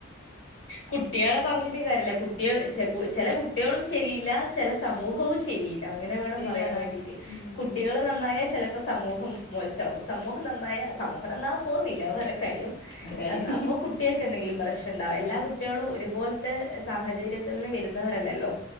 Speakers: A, on the left; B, on the left.
A: കുട്ടികളെ പറഞ്ഞിട്ടും കാര്യല്ല. കുട്ടിയേ ചെ ചെല കുട്ടികളും ശരിയില്ല ചെല സമൂഹവും ശരിയി അങ്ങനെ വേണം
B: ശരിയല്ല
A: പറയാൻ
B: അതാണ്
A: വേണ്ടീട്ട്
B: ഉം
A: കുട്ടികള് നന്നായ ചെല ഇപ്പം സമൂഹം മോശാവും സമൂഹം നന്നായ സമൂഹം നന്നാകൻ പോകുന്നില്ല അത് വേറെ കാര്യം.
B: ആ കാര്യം
A: അത് അപ്പൊ കു കുട്ടിയക്കെ എന്തെങ്കിലും പ്രഷ ഉണ്ടാവോ എല്ലാ കുട്ടികളും ഒരുപോലത്തെ സാഹചര്യത്തിന്ന് വരുന്നവരല്ലല്ലോ